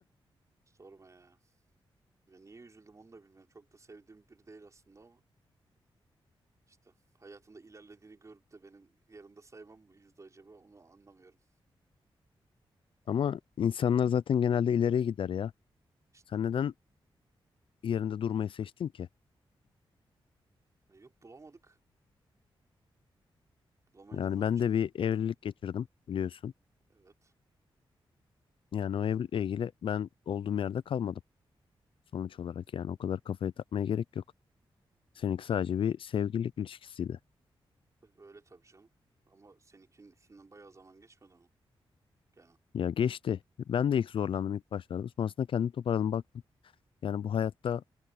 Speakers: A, on the right; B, on the left.
A: sorma ya. Ya niye üzüldüm onu da bilmiyorum. Çok da sevdiğim biri değil aslında ama. işte hayatında ilerlediğini görüp de benim yanında saymam mı yüzde acaba onu anlamıyorum.
B: Ama insanlar zaten genelde ileriye gider ya.
A: İşte.
B: Sen neden yerinde durmayı seçtin ki?
A: Ha, yok bulamadık. Bulamayınca
B: Yani
A: ne yapacaksın?
B: ben de bir evlilik geçirdim biliyorsun.
A: Evet.
B: Yani o evlilikle ilgili ben olduğum yerde kalmadım sonuç olarak yani o kadar kafaya takmaya gerek yok. Seninki sadece bir sevgililik ilişkisiydi.
A: Öyle tabii canım. Ama seninkinin üstünden bayağı zaman geçmedi mi? Gene.
B: Ya geçti. Ben de ilk zorlandım ilk başlarda. Sonrasında kendimi toparladım baktım. Yani bu hayatta